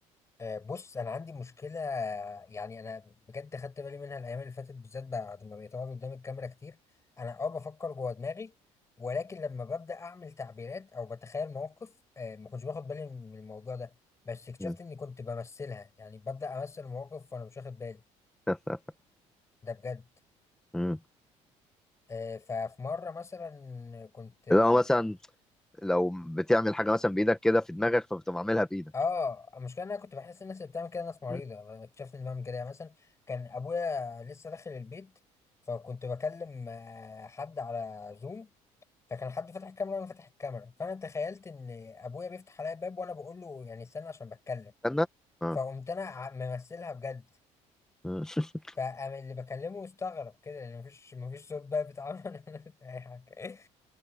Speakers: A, on the left; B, in the centre.
A: آه، بص انا عندي مشكله آه، يعني انا بجد خدت بالي منها الايام اللي فاتت بالذات بعد ما بقيت اقعد قدام الكاميرا كتير انا اه بفكر جوه دماغي ولكن لما ببدا اعمل تعبيرات او بتخيل مواقف آه، ما كنتش باخد بالي من الموضوع ده بس اكتشفت
B: مم.
A: اني كنت بمثلها يعني ببدا امثل مواقف وانا مش واخد بالي
B: <laughs>
A: ده بجد
B: مم.
A: آه، ففي مرة مثلا كنت ب
B: لو مثلا لو بتعمل حاجة مثلا بإيدك كده في دماغك فبتقوم عاملها بإيدك
A: اه المشكلة ان انا كنت بحس الناس اللي بتعمل كده ناس مريضة
B: م.
A: اكتشفت اني بعمل كده يعني مثلا كان ابويا لسه داخل البيت فكنت بكلم آه، حد على زوم فكان حد فاتح الكاميرا وانا فاتح الكاميرا فانا تخيلت ان ابويا بيفتح عليا الباب وانا بقول له يعني استنى عشان بتكلم
B: استنى اه
A: فقمت انا ع- ممثلها بجد
B: م. <laughs>
A: فقام اللي بكلمه استغرب كده لان مفيش مفيش صوت بقى بيتعمل <laughs> اي حاجة